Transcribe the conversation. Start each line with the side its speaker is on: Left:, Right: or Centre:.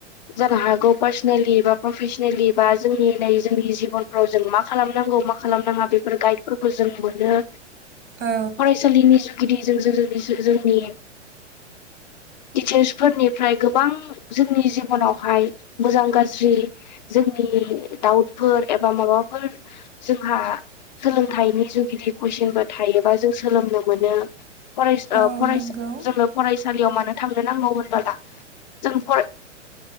Left: जानो हागौ पार्सनेलि बा प्रफेसनेलि बा जोंनि जोंनि जिबनफ्राव जों मा खालामनांगौ मा खालामनांङा बेफोर गाइडफोरखौ जों मोनो
Right: औ
Left: फरायसालिनि गिदि जो-जो-जो जोंनि जो-जो जोंनि टिचार्सफोरनिफ्राय गोबां जोंनि जिबनावहाय मोजां गाज्रि जोंनि डाउटफोर एबा माबाफोर जोंहा सोलोंथाइनि जुगिदि कुइसनफोर थायोबा जों सोलोंनो मोनो फरायस
Right: औ
Left: ओ फरायसा
Right: नंगौ
Left: जोंङो फरायसालियाव मानो थांनो नांगौ होनबोला जों फराय